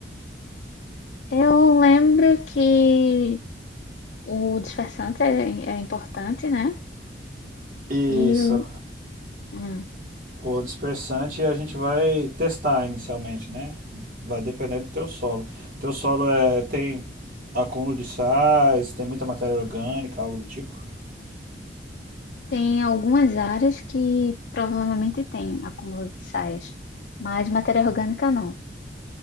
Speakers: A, on the left (about 75°); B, on the right (about 50°).
A: Eu lembro que o dispersante é, é importante, né?
B: Isso,
A: E hum,
B: O dispersante a gente vai testar inicialmente, né? Vai depender do teu solo. Teu solo é, tem acúmulo de sais, tem muita matéria orgânica, algo do tipo.
A: Tem algumas áreas que provavelmente tem acúmulo de sais, mas matéria orgânica não.